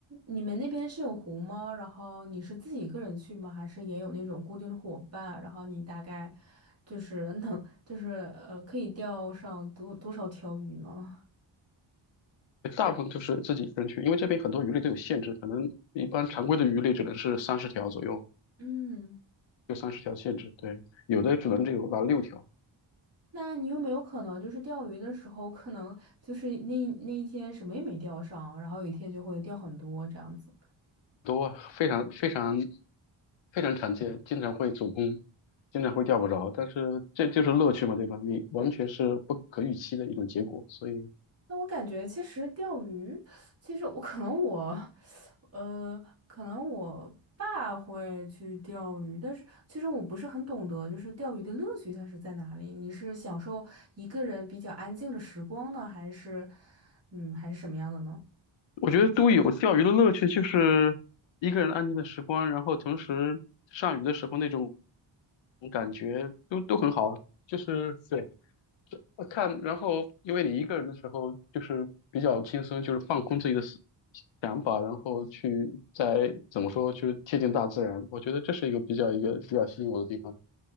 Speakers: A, on the right; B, on the left.
A: 你们那边是有湖吗？然后你是自己一个人去吗？还是也有那种固定的伙伴？然后你大概就是能，就是呃，可以钓上多多少条鱼呢？
B: 大部分就是自己一个人去，因为这边很多鱼类都有限制，可能一般常规的鱼类只能是三十条左右，
A: 嗯，
B: 就三十条限制。对，有的只能只有拿六条，
A: 那你有没有可能就是钓鱼的时候，可能就是那那一天什么也没钓上，然后有一天就会钓很多这样子？
B: 多啊非常非常非常常见，经常会走空，经常会钓不着。但是这就是乐趣嘛，对吧？你完全是不可预期的一种结果，所以。
A: 那我感觉其实钓鱼，其实我 <laughs> 可能我，呃，可能我爸会去钓鱼，但是其实我不是很懂得，就是钓鱼的乐趣它是在哪里？你是享受一个人比较安静的时光呢，还是，嗯，还是什么样的呢？
B: 我觉得都有钓鱼的乐趣，就是一个人安静的时光，然后同时上鱼的时候那种感觉都都很好啊。就是对，呃看，然后因为你一个人的时候就是比较轻松，就是放空自己的思想法，然后去再怎么说，就是贴近大自然。我觉得这是一个比较一个比较吸引我的地方。